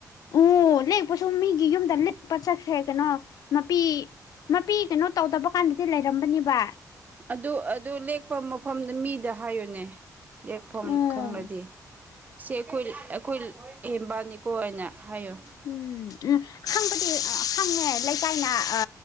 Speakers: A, on the left; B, on the right.
A: ꯎ ꯂꯦꯛꯄꯁꯨꯨꯝ ꯃꯤꯒꯤ ꯌꯨꯝꯗ ꯂꯄ ꯆꯠꯈ꯭ꯔꯦ ꯀꯩꯅꯣ ꯃꯄꯤ ꯃꯄꯤ ꯀꯩꯅꯣ ꯇꯧꯗꯕ ꯀꯥꯟꯗꯗꯤ ꯂꯩꯔꯝꯕꯅꯦꯕ
B: ꯑꯗꯨ ꯑꯗꯨ ꯂꯦꯛꯄ ꯃꯐꯝꯗ ꯃꯤꯗ ꯍꯥꯏꯌꯨꯅꯦ ꯂꯦꯛꯐꯝ
A: ꯎꯝ
B: ꯈꯪꯂꯪꯂꯗꯤ ꯁꯤ ꯑꯩꯈꯣꯏ ꯑꯩꯈꯣꯏ ꯍꯦꯝꯕꯥꯅꯤꯀꯣ ꯍꯥꯏꯅ ꯍꯥꯏꯌꯣ
A: ꯎꯝ ꯎꯝ ꯍꯪꯕꯗꯤ ꯍꯪꯉꯦ ꯂꯩꯀꯥꯏꯅ ꯑ